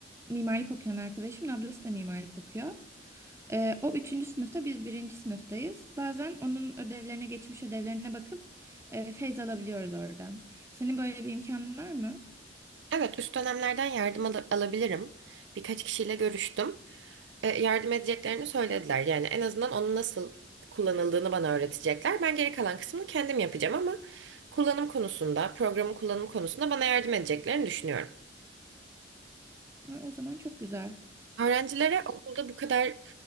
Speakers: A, on the right; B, on the right.
A: mimarlık okuyan arkadaşım, ablası da mimarlık okuyor. E, o üçüncü sınıfta biz birinci sınıftayız. Bazen onun ödevlerine geçmiş ödevlerine bakıp e, feyz alabiliyoruz oradan. Senin böyle bir imkanın var mı?
B: Evet, üst dönemlerden yardım al- alabilirim. Birkaç kişiyle görüştüm. e, yardım edeceklerini söylediler. Yani en azından onun nasıl kullanıldığını bana öğretecekler. Ben geri kalan kısmını kendim yapacağım ama kullanım konusunda, programın kullanım konusunda bana yardım edeceklerini düşünüyorum.
A: E, O zaman çok güzel.
B: Öğrencilere okulda bu kadar